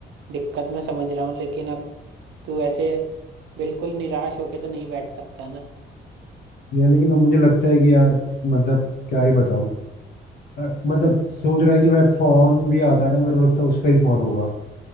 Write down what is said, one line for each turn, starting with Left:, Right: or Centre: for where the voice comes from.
Right: दिक्कत मैं समझ रहा हूँ लेकिन अब तू ऐसे बिल्कुल निराश होके तो नहीं बैठ सकता ना
Left: है लेकिन अब मुझे लगता है कि यार मतलब क्या ही बताऊं अ, मतलब सोच रहा है कि भाई फोन भी आता है ना मेरे को लगता है उसका ही फोन होगा